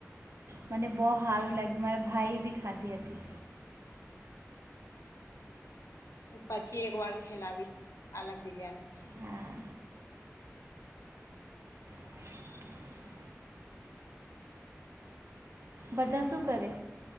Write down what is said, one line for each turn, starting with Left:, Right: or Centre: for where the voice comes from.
Right: મને બોહ હારું લાગ્યું મારા ભાઈ બી ખાધી હતી.
Left: પછી એક વાર ખેલાવીશ અલગ બિરયાની.
Right: હા <inaudible> બધા શું કરે?